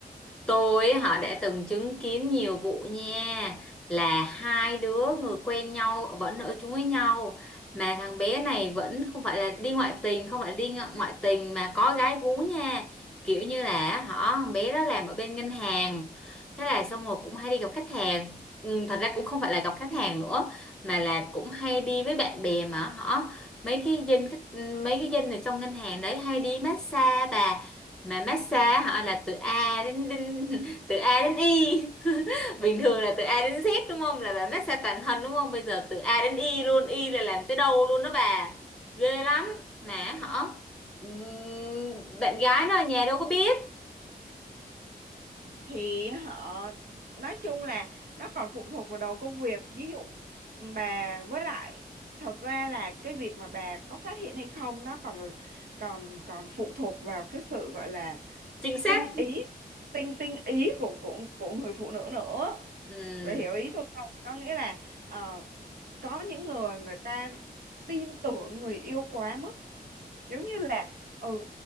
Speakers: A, in the centre; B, on the right.
A: Tôi
B: Và-
A: họ đã từng chứng kiến nhiều vụ nha là hai đứa người quen nhau vẫn ở chung với nhau mà thằng bé này vẫn không phải là đi ngoại tình không phải đi ngo- ngoại tình mà có gái gú nha kiểu như là họ thằng bé đó làm ở bên ngân hàng thế là xong rồi cũng hay đi gặp khách hàng ừ, thật ra cũng không phải là gặp khách hàng nữa mà là cũng hay đi với bạn bè mà họ mấy cái dân khách ừ, mấy cái dân ở trong ngân hàng đấy hay đi massage bà mà massage
B: ừ.
A: họ là từ A đến, đến <laughs> từ A đến Y <laughs>
B: Ừ.
A: bình thường là từ A đến Z đúng không là bà massage toàn thân đúng không bây giờ từ A đến Y luôn Y là làm tới đâu luôn đó bà ghê lắm mà họ ừm, bạn gái nó ở nhà đâu có biết
B: Thì họ Nói chung là nó còn phụ thuộc vào đầu công việc Ví dụ bà với lại Thật ra là cái việc mà bà có phát hiện hay không Nó còn còn còn phụ thuộc vào cái sự gọi là
A: chính xác
B: tinh ý tinh tinh ý của của của người phụ nữ nữa
A: Ừm,
B: vậy hiểu ý tôi không có nghĩa là ờ, có những người người ta tin tưởng người yêu quá mức giống như là ừ